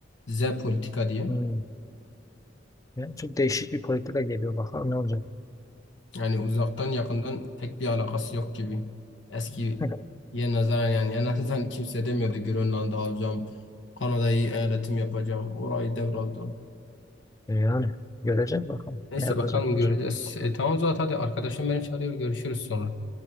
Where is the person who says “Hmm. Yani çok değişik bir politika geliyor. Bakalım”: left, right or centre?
Left